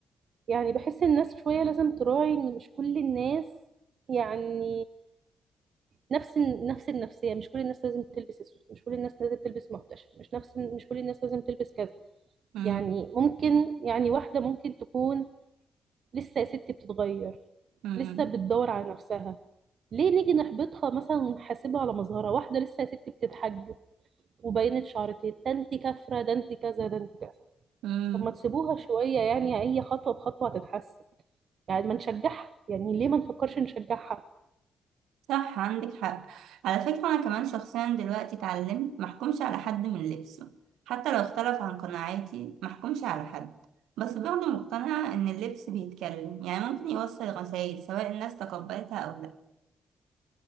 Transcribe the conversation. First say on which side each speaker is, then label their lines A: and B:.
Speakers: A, on the right; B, on the right.
A: يعني بحس الناس شوية لازم تراعي ان مش كل الناس يعني نفس نفس النفسيه مش كل الناس لازم تلبس اسود مش كل الناس لازم تلبس محتشم مش نفس مش كل الناس لازم تلبس كذا
B: مم،
A: يعني ممكن يعني واحده ممكن تكون لسه يا ستي بتتغير
B: مم،
A: لسه بتدور على نفسها ليه نيجي نحبطها مثلا ونحاسبها على مظهرها واحده لسه يا ستي بتتحجب وبينت شعرتين ده انت كافره ده انت كذا ده انت كذا
B: مم.
A: طب ما تسيبوها شويه يعني هي خطوه بخطوه هتتحسن يعني ما نشجعها يعني ليه ما نفكرش نشجعها
B: صح عندك حق على فكرة أنا كمان شخصيا دلوقتي اتعلمت محكومش على حد من لبسه حتى لو اختلف عن قناعاتي محكومش على حد بس برضه مقتنعة إن اللبس بيتكلم يعني ممكن يوصل رسائل سواء الناس تقبلتها أو لا